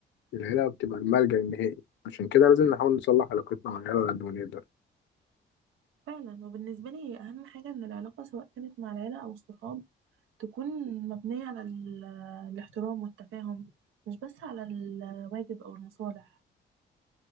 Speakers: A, on the left (about 70°); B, on the right (about 85°).
A: العيله بتبقى الملجأ النهائي عشان كده لازم نحاول نصلح علاقتنا مع العيله على قد ما نقدر
B: فعلا وبالنسبة لي أهم حاجة إن العلاقة سواء كانت مع العيلة أو الصحاب تكون مبنية على ال- الاحترام والتفاهم مش بس على الواجب أو المصالح